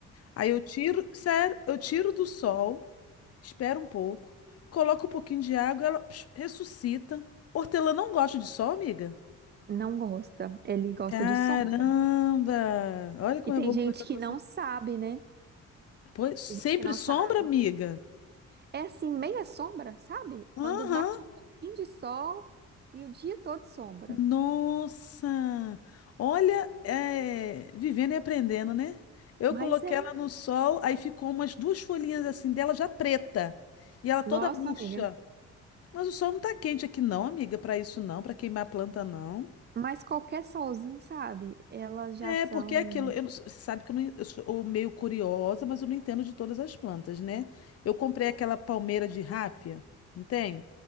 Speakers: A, on the left; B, on the right.
A: Aí eu tiro, sério, eu tiro do sol, espero um pouco, coloco um pouquinho de água, ela psh, ressuscita. Hortelã não gosta de sol, amiga?
B: Não gosta. Ele gosta
A: Caramba!
B: de sombra.
A: Olha como
B: E tem
A: é bom
B: gente
A: conversar
B: que
A: com
B: não
A: você.
B: sabe, né?
A: Pois, sempre
B: Tem gente que não
A: sombra,
B: sabe.
A: amiga.
B: É assim, meia sombra, sabe?
A: Aham.
B: Quando bate um pouquinho de sol e o dia todo sombra.
A: Nossa! Olha, é, vivendo e aprendendo, né? Eu
B: Mas
A: coloquei
B: é.
A: ela no sol, aí ficou umas duas folhinhas assim dela já preta. E ela toda
B: Nossa,
A: murcha.
B: amiga.
A: Mas o sol não tá quente aqui não, amiga, pra isso não, pra queimar a planta não.
B: Mas qualquer solzinho, sabe? Elas já
A: É,
B: são.
A: porque é aquilo, eu não- você sabe que eu, não, eu sou meio curiosa, mas eu não entendo de todas as plantas, né? Eu comprei aquela palmeira de ráfia, não tem?